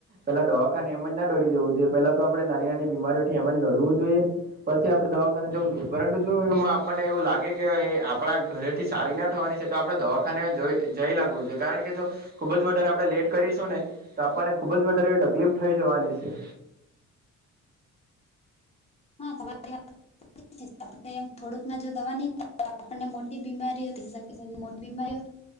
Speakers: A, on the right; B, on the left.
A: પેલા દવાખાને એમ જ ના દોડી જવું જોઈએ પેલા તો આપણેે નાની નાની બીમારીઓથી એમ જ લડવું જોઈએ પછી આપડે દવાખાના જવું જોયે પરંતુ જો એવું મા આપણને એવું લાગે કે એ આપણા ઘરેથી સારી ના થવાની છે તો આપણે દવાખાને જ જઈ લાગવું જોઈએ કારણ કે જો ખુબ જ વધારે આપણે લેટ કરીશું ને તો આપણને ખુબ જ વધારે એવી તકલીફ થઇ જવાની છે
B: હા તમારી <unintelligible> એમ થોડુંકમાં જો દવા ની આપણને મોટી બીમારીઓ થઈ શકે છે <unintelligible> મોટી બીમારીઓ